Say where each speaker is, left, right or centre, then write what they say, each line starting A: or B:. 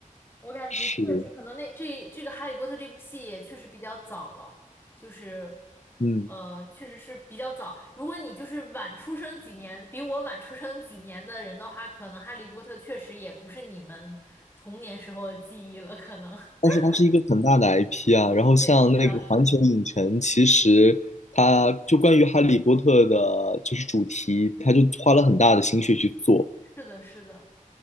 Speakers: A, on the left; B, on the left.
A: 我感觉确实可能那这这个《哈利波特》这部戏也确实比较早了，
B: 是，
A: 就是
B: 嗯，
A: 呃，确实是比较早。如果你就是晚出生几年，比我晚出生几年的人的话，可能《哈利波特》确实也不是你们童年时候的记忆了，可能。<laughs>
B: 但是它是一个很大的 IP 啊，然后像那个环球影城，
A: 对，这个倒是，
B: 其实它就关于哈利波特的，就是主题，它就花了很大的心血去做。
A: 是的，是的。